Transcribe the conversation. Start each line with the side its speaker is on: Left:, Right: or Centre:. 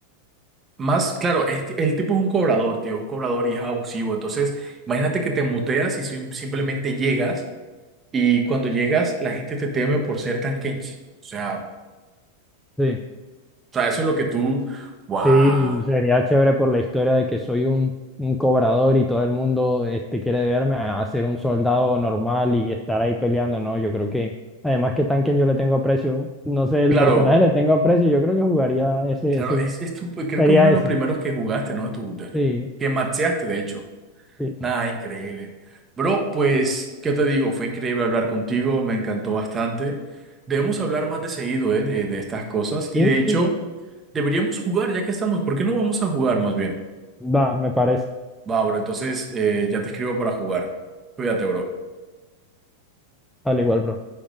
Right: más, claro, es que el tipo es un cobrador, tío, un cobrador y es abusivo. Entonces, imagínate que te muteas y sim- simplemente llegas y cuando llegas la gente te teme por ser Tankech. O sea...
Centre: Sí.
Right: sea, eso es lo que tú, wow.
Centre: Sí, sería chévere por la historia de que soy un, un cobrador y todo el mundo este, quiere verme a, a ser un soldado normal y estar ahí peleando, ¿no? Yo creo que, además que Tanken yo le tengo aprecio, no sé, el
Right: Claro,
Centre: personaje le tengo aprecio, yo creo que jugaría ese,
Right: claro,
Centre: ese,
Right: es, es tu- pues, creo
Centre: sería
Right: que es uno de
Centre: ese.
Right: los primeros que jugaste, ¿no? De tu, de-
Centre: Sí,
Right: que maxeaste, de hecho.
Centre: sí,
Right: Nada, increíble. Bro, pues, ¿qué te digo? Fue increíble hablar contigo, me encantó bastante. Debemos hablar más de seguido, ¿eh? De, de estas cosas.
Centre: sí,
Right: Y de hecho,
Centre: sí,
Right: deberíamos jugar, ya que estamos. ¿Por qué no vamos a jugar más bien?
Centre: va, me parece,
Right: Va, bro, entonces eh, ya te escribo para jugar. Cuídate, bro.
Centre: al igual, bro.